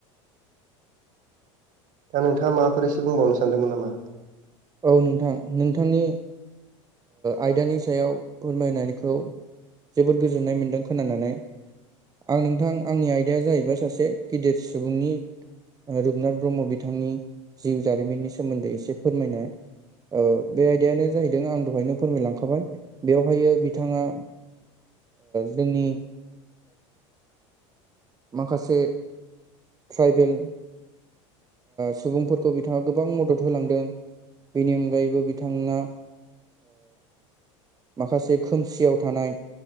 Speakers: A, on the right (about 25°); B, on the right (about 55°).
A: <inaudible>
B: दा नोंथाङा माबाफोर एसे बुंबावनो सानदोंमोन नामा।
A: औ नोंथां नोंथांनि आयदानि सायाव फोरमायनायखौ जोबोर गोजोननाय मोन्दों खोनानानै आं नोंथां आंनि आयदाया जाहैबाय सासे गिदिर सुबुंनि रुपनाथ ब्रह्म बिथांनि जिउ जारिमिननि सोमोन्दै एसे फोरमायनाय। बे आयदायानो जाहैदों आं दहायनो फोरमायलांखाबाय बेवहाय बिथाङा। जोंनि माखासे। ट्राइबेल। सुबुंफोरखौ बिथाङा गोबां मदद होलांदों। बेनि अनगायैबो बिथाङा। माखासे खोमसियाव थानाय